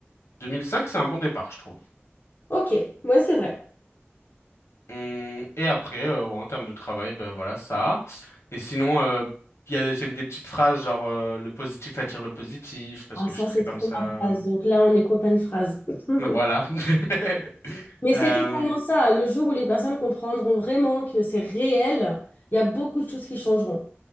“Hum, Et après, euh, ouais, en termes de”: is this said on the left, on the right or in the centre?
Left